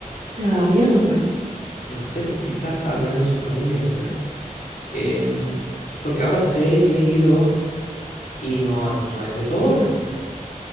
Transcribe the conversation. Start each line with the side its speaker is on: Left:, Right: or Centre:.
Right: te daba miedo, pues.
Left: no sé, pues quizás estaba cuidando a su familia, no sé. Em, porque ahora sé, yo he ido y no, no es de dos horas, pues.